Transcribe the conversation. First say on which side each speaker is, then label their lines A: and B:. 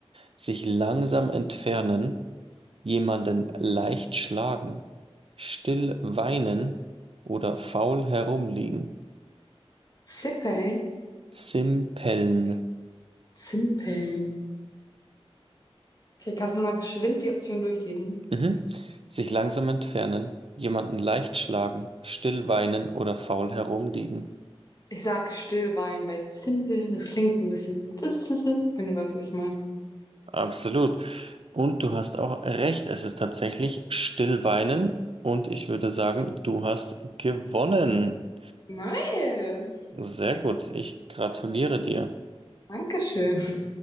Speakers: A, on the right; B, on the left.
A: Sich langsam entfernen, jemanden leicht schlagen, still weinen oder faul herumliegen.
B: Zippeln.
A: Zimpeln.
B: Zimpeln. Okay, kannst du nochmal geschwind die Option durchlesen?
A: Mhm. Sich langsam entfernen, jemanden leicht schlagen, still weinen oder faul herumliegen.
B: Ich sag Stillwein, weil Zimpeln, das klingt so ein bisschen so, <laughs> wenn du weißt, was ich meine.
A: Absolut. Und du hast auch recht, es ist tatsächlich Stillweinen und ich würde sagen, du hast gewonnen.
B: Nice.
A: Sehr gut, ich gratuliere dir.
B: Dankeschön.